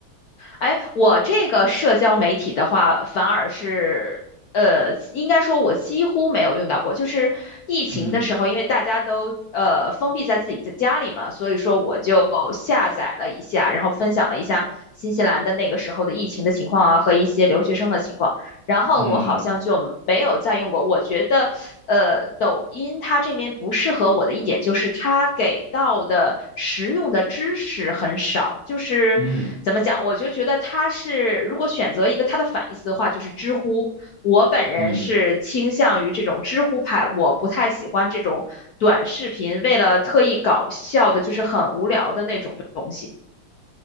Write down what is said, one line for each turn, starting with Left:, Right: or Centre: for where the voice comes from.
Left: 哎，我这个社交媒体的话，反而是，呃，应该说我几乎没有用到过。就是疫情的时候，
Right: 嗯
Left: 因为大家都呃封闭在自己的家里嘛，所以说我就下载了一下，然后分享了一下新西兰的那个时候的疫情的情况啊，和一些留学生的情况。然后我好像就没有再用过。
Right: 嗯
Left: 我觉得，呃，抖音它这边不适合我的一点就是它给到的实用的知识很少，就是怎么讲，
Right: 嗯
Left: 我就觉得它是如果选择一个它的反义词的话，就是知乎。我本人是倾向于这种知乎派，
Right: 嗯，
Left: 我不太喜欢这种短视频为了特意搞笑的，就是很无聊的那种东西。